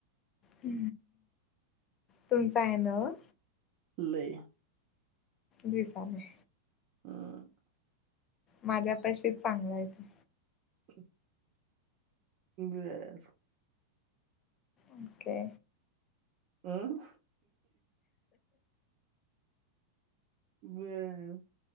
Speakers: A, on the left (about 30°); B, on the right (about 45°).
A: ह तुमच आहे नव्हं.
B: लई.
A: दिसालय.
B: हम.
A: माझ्या पाशी चांगल आहे ते.
B: ह्. बर.
A: ओके.
B: हम्म ब